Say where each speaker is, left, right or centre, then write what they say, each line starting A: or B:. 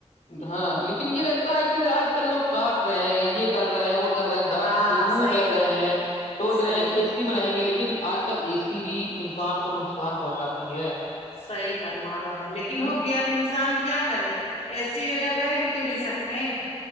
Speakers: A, on the left; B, on the left.
A: ہاں لیکن یہ رہتا ہے کہ آج کل لوگ کاٹ رہے ہیں یہ کر رہے ہیں وہ کر رہے ہیں درخت
B: ہاں
A: سے دور
B: صحیح
A: رہ
B: بولے
A: رہے ہیں سوچ رہے
B: صحیح
A: ہیں کہ اس میں رہیں گے لیکن آج کل اے سی بھی انسان کو نقصان پہنچاتی ہے
B: صحیح فرما رہے ہیں لیکن
A: ہ
B: ہوگیا اب انسان کیا کرے اے سی وغیرہ رہ بھی تو نہیں سکتے ہیں